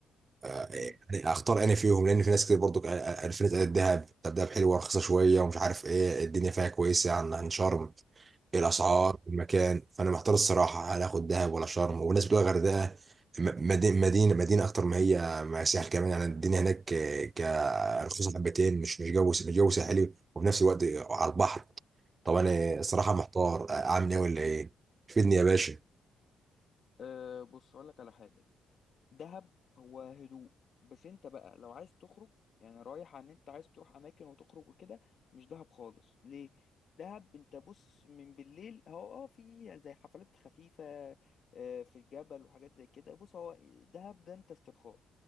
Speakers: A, on the right; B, on the left.
A: آه،
B: مم،
A: يعني اختار انا فيهم لان في ناس كتير برضو قال- قال- قالت لي قالت دهب طب دهب حلوه ورخيصه شويه ومش عارف ايه الدنيا فيها كويسه عن عن شرم الاسعار المكان فانا محتار الصراحه هل اخد دهب ولا شرم والناس بتقول الغردقه م- مدينه مدينه مدينه اكتر ما هي ما هي ساحل كمان يعني الدنيا هناك كرخيصه حبتين مش مش جو مش جو ساحلي وفي نفس الوقت على البحر طب انا الصراحه
B: مم،
A: محتار اعمل ايه ولا ايه فيدني يا باشا
B: أه بص اقول لك على حاجه دهب هو هدوء بس انت بقى لو عايز تخرج يعني رايح عن انت عايز تروح اماكن وتخرج وكده مش دهب خالص ليه دهب انت بص من بالليل هو اه في زي حفلات خفيفة آه، في الجبل وحاجات زي كده بص هو دهب ده انت استرخاء